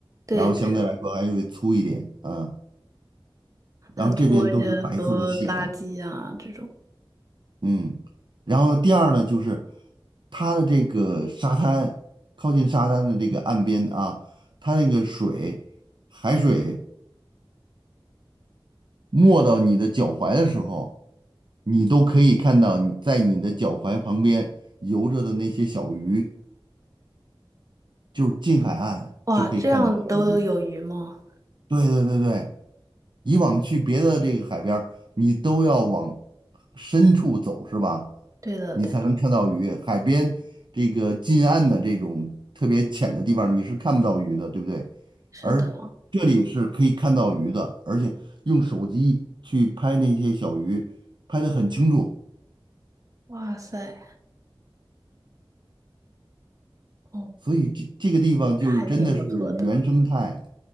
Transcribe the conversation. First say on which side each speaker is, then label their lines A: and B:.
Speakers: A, on the right; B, on the right.
A: 对对的，
B: 然后相对来说还会粗一点，嗯，
A: 很粗，
B: 然后这边都是白色的细沙。
A: 而且很多垃圾啊这种。
B: 嗯，然后第二呢，就是它的这个沙滩，靠近沙滩的这个岸边啊，它那个水，海水没到你的脚踝的时候，你都可以看到你在你的脚踝旁边游着的那些小鱼，就是近海岸就可以看到小鱼。
A: 哇，这样都有鱼吗？
B: 对对对对，以往去别的这个海边儿，你都要往深处走，是吧？
A: 对的对的，
B: 你才能看到鱼。海边这个近岸的这种特别浅的地方，你是看不到鱼的，对不对？
A: 是的。
B: 而这里是可以看到鱼的，而且用手机去拍那些小鱼，拍得很清楚。
A: 哇塞，哦，
B: 所以这这个地方就是真的是原生态
A: 那还挺不错的。